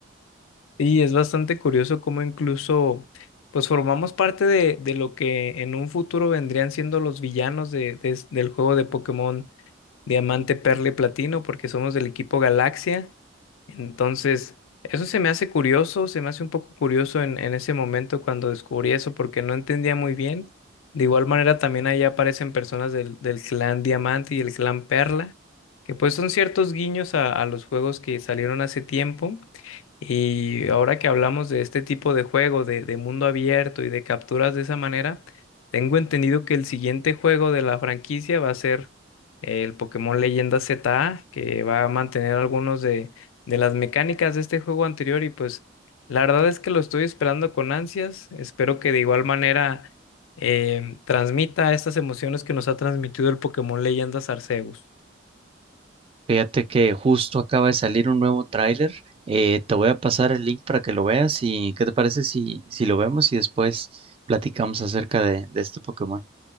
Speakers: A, on the left (about 80°); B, on the right (about 30°).
A: Sí, es bastante curioso cómo incluso pues formamos parte de, de lo que en un futuro vendrían siendo los villanos de, de es- del juego de Pokémon Diamante, Perla y Platino, porque somos del equipo Galaxia. Entonces, eso se me hace curioso, se me hace un poco curioso en, en ese momento cuando descubrí eso, porque no entendía muy bien. De igual manera, también ahí aparecen personas del, del clan Diamante y el clan Perla, que pues son ciertos guiños a, a los juegos que salieron hace tiempo. Y ahora que hablamos de este tipo de juego, de, de mundo abierto y de capturas de esa manera, tengo entendido que el siguiente juego de la franquicia va a ser el Pokémon Leyenda ZA, que va a mantener algunos de, de las mecánicas de este juego anterior. Y pues la verdad es que lo estoy esperando con ansias. Espero que de igual manera em, transmita estas emociones que nos ha transmitido el Pokémon Leyenda Arceus.
B: Fíjate que justo acaba de salir un nuevo tráiler. eh, te voy a pasar el link para que lo veas y ¿qué te parece si, si lo vemos y después platicamos acerca de, de este Pokémon?